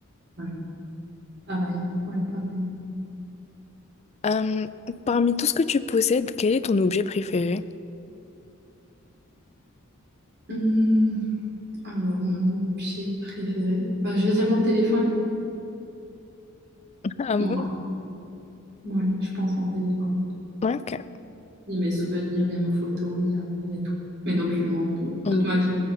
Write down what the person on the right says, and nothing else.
Ouais, pareil. Ouais, pareil.
Hum, alors, mon objet préféré. Bah, je vais dire mon téléphone.
Mon-
ouais, je pense mon téléphone.
Il y a mes souvenirs, il y a mes photos, il y a, il y a tout. Mes documents, tout. Toute
ma vie.